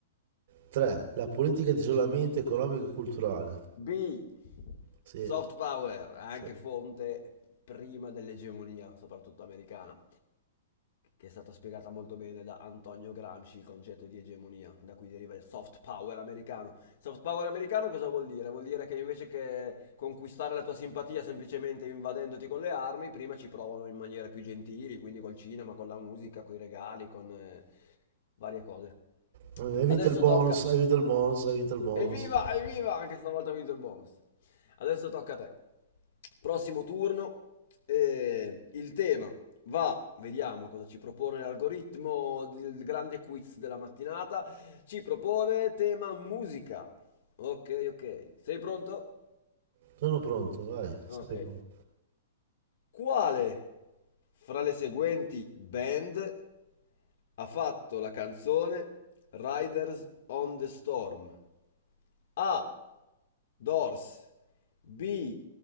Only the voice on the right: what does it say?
3. La politica di isolamento economico e culturale.
Sì,
sì.
No, Hai
vinto il bonus,
hai vinto il bonus, hai vinto il bonus.
Sono pronto, vai, sempre
pronto.